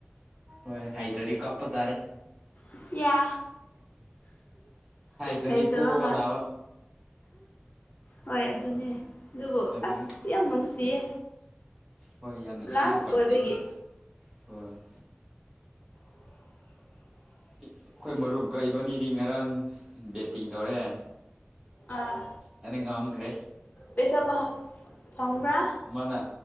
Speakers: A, on the right; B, on the left.
A: ꯍꯣꯏ ꯍꯩꯇ꯭ꯔꯥꯗꯤ ꯀꯞꯄ ꯇꯥꯔꯦ
B: ꯏꯁꯌꯥ
A: ꯍꯩꯇ꯭ꯔꯗꯤ
B: ꯍꯩꯇꯕ
A: ꯄꯣꯕ
B: ꯃꯥꯟ
A: ꯇꯥꯕ
B: ꯍꯣꯏ ꯑꯗꯨꯅꯦ ꯑꯗꯨꯕꯨ
A: ꯑꯗꯨꯅꯤ
B: ꯑꯁ ꯌꯥꯝ ꯅꯨꯡꯁꯤꯌꯦ
A: ꯍꯣꯏ ꯌꯥꯝ ꯅꯨꯡꯁꯤ
B: ꯂꯥꯁ
A: ꯎꯄꯥꯏ
B: ꯑꯣꯏꯕꯒꯤ
A: ꯂꯩꯇꯦ ꯍꯣꯏ
B: <inaudible>
A: ꯑꯩꯈꯣꯏ ꯃꯔꯨꯞ ꯀꯥ ꯏꯕꯅꯤꯗꯤ ꯉꯔꯥꯡ ꯕꯦꯠꯇꯤꯡ ꯇꯧꯔꯦ
B: ꯑꯥ
A: ꯑꯩꯅ ꯉꯝꯈ꯭ꯔꯦ
B: ꯄꯩꯁꯥ ꯐꯪꯕ꯭ꯔꯥ?
A: ꯃꯥꯅ